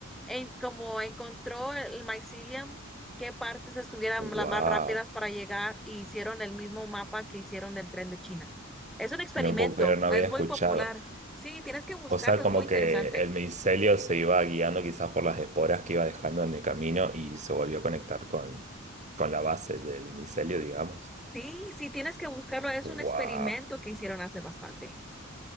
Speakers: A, in the centre; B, on the right.
A: en, como encontró el mycelium, qué partes estuvieran
B: wow.
A: las más rápidas para llegar y hicieron el mismo mapa que hicieron del tren de China. Es un experimento,
B: No puedo creer, no había
A: es muy
B: escuchado.
A: popular. Sí, tienes que buscarlo,
B: O sea, como
A: es muy interesante.
B: que el micelio se iba guiando quizás por las esporas que iba dejando en el camino y se volvió a conectar con, con la base del micelio, digamos.
A: Sí, sí, tienes que buscarlo, es
B: Wow.
A: un experimento que hicieron hace bastante.